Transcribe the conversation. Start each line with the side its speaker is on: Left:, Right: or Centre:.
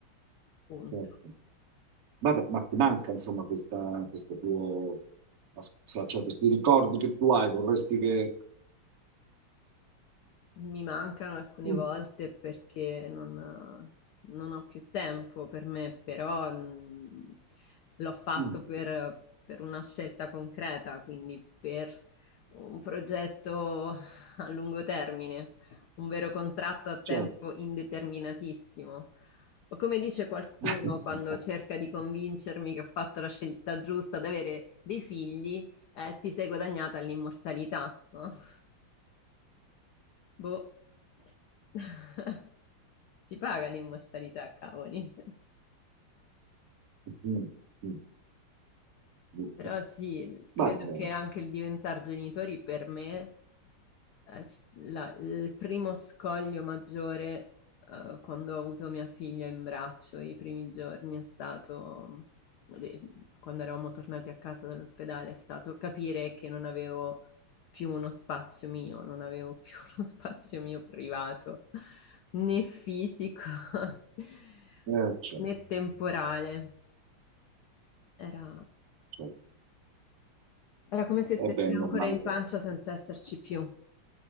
Left: Punto.
Right: certo. Vabbè, ma ti manca insomma questa, questo tuo passaggio, cioè questi ricordi che tu hai, vorresti che...
Left: Mi mancano alcune
Right: Mm,
Left: volte perché non, non ho più tempo per me, però mh, l'ho fatto
Right: mm,
Left: per, per una scelta concreta, quindi per un progetto a lungo termine, un vero contratto a tempo
Right: certo.
Left: indeterminatissimo. O come dice qualcuno
Right: <laughs>
Left: quando cerca di convincermi che ho fatto la scelta giusta ad avere dei figli, eh, ti sei guadagnata l'immortalità, no? <laughs> Boh. <laughs> Si paga l'immortalità, cavoli.
Right: Mm, mm, mm. mm.
Left: Però sì, credo
Right: Ma eh,
Left: che anche il diventare genitori per me, eh, s- la- il primo scoglio maggiore, eh, quando ho avuto mia figlia in braccio i primi giorni è stato, le- quando eravamo tornati a casa dall'ospedale, è stato capire che non avevo più uno spazio mio, non avevo più <laughs> uno spazio mio privato, né fisico, <laughs>
Right: eh, certo,
Left: né temporale. Era...
Right: certo.
Left: Era come se stesse
Right: Eh beh, è normale,
Left: ancora in
Right: che
Left: pancia senza esserci più.